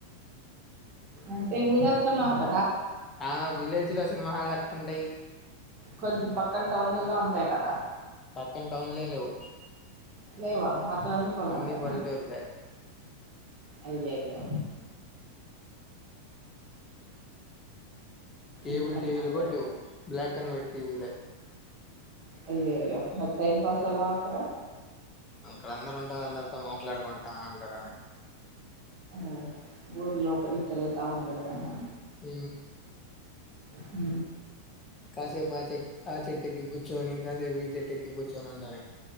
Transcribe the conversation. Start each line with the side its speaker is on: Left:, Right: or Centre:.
Right: అంటే ఊర వెళ్తున్నావుట
Left: ఆ విలేజ్ లో సినిమా హాలు ఎక్కంటాయి
Right: కొంచెం పక్కన టౌన్లా ఉంటాయి కదా
Left: పాకాన టౌన్లు ఏం లేవు
Right: లేవా మొత్తం అన్నీ పొలా
Left: అన్ని
Right: కనా
Left: పల్లెటూరులే
Right: అయ్యా అయ్యో
Left: కేబుల్
Right: ఇంకా
Left: టీవీలు
Right: మరి
Left: కూడా లేవు బ్లాక్ అండ్ వైట్ టీవీలే
Right: అయ్యో అయ్యో మరి టైం పాస్ అలా అక్కడ
Left: ఇక్కడ అందరుూ ఉంటారు అందరితో మాట్లాడుకుంటా అంటడ
Right: ఓ ఊర్ లోపలి తిరగుత ఉండడు మనా
Left: హ
Right: హ
Left: కాశేపు చె ఆ చెట్టకి కూచోని కాశేపు ఈ చెట్టకి కూచోని ఉండవ